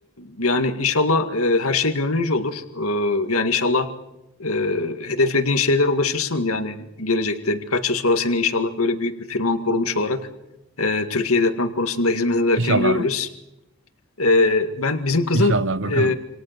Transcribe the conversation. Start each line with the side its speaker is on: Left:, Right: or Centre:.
Left: yani inşallah e, her şey gönlünce olur. E, yani inşallah e, hedeflediğin şeyler ulaşırsın yani gelecekte. Birkaç yıl sonra seni inşallah böyle büyük bir firman kurulmuş olarak e, Türkiye deprem konusunda hizmet ederken
Right: İnşallah
Left: görürüz.
Right: abi.
Left: Ee, ben bizim kızın
Right: İnşallah bakalım.
Left: e,